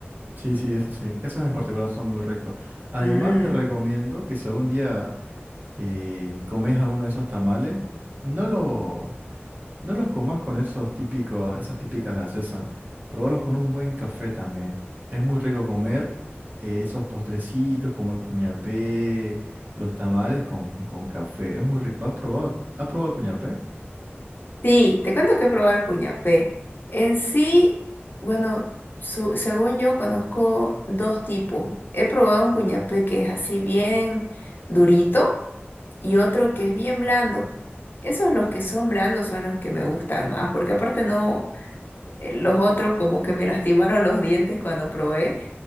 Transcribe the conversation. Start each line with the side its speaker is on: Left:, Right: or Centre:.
Right: Sí, sí, eso sí. Esos en particular son muy ricos. Además,
Left: Mm.
Right: te recomiendo que si algún día eh, comes alguno de esos tamales, no, lo, no los comas con esos típicos, esas típicas gaseosas. Probalos con un buen café también. Es muy rico comer eh, esos postrecitos como el cuñapé, los tamales con, con café. Es muy rico. ¿Has probado? ¿Has probado el cuñapé?
Left: Sí, te cuento que he probado el cuñapé. En sí, bueno, su- según yo conozco dos tipos. He probado un cuñapé que es así bien durito y otro que es bien blando. Esos los que son blandos son los que me gustan más, porque aparte no, eh, los otros como que me <laughs> lastimaron los dientes cuando probé.